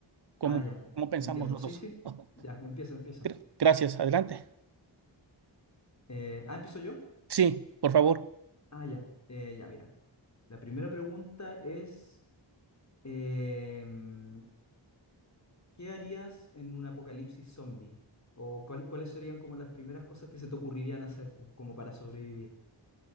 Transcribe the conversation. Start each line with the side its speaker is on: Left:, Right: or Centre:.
Right: cómo,
Left: Ah, ya,
Right: cómo pensamos
Left: entiendo.
Right: los
Left: Sí,
Right: dos.
Left: sí.
Right: <laughs>
Left: Ya, empieza, empieza.
Right: Gra- Gracias, adelante.
Left: Eh, ah, empiezo yo.
Right: Sí, por favor.
Left: Ah, ya, eh, ya, mira. La primera pregunta es, em, ¿qué harías en un apocalipsis zombie? ¿O cuál- cuáles serían como las primeras cosas que se te ocurrirían hacer pu- como para sobrevivir?